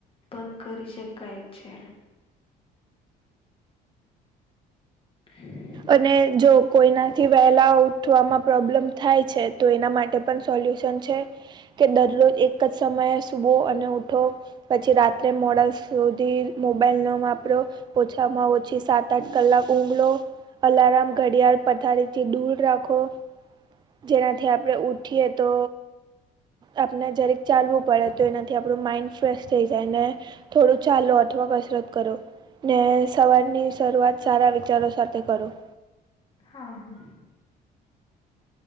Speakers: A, on the left (about 30°); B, on the right (about 25°).
A: પણ કરી શકાય છે. હ.
B: અને જો કોઈનાથી વહેલા ઉઠવામાં પ્રોબ્લેમ થાય છે, તો એના માટે. સોલ્યુશન છે કે દરરોજ એક જ સમયે સુવો અને ઉઠો. પછી રાત્રે મોડા સુધી મોબાઈલ નો વાપરો. ઓછામાં ઓછી સાત-આઠ કલાક ઊંધો. અલારામ ઘડિયાળ પથારીથી દૂર રાખો. જેનાથી આપણે ઉઠીએ તો આપણે જરાક ચાલવું પડે તો એનાથી આપણું માઇન્ડ ફ્રેશ થઈ જાય ને. થોડું ચાલો અથવા કસરત કરો. ને સવારની શરૂઆત સારા વિચારો સાથે કરો.
A: હા હા.